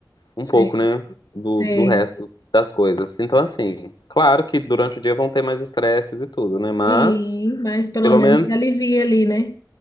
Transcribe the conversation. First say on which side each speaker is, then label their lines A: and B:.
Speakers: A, on the left; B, on the left.
A: um
B: sei,
A: pouco, né? Do,
B: sei.
A: do resto das coisas. Então, assim, claro que durante o dia vão ter mais estresses e tudo, né? Mas,
B: Sim, mas pelo
A: pelo
B: menos
A: menos,
B: se alivia ali, né?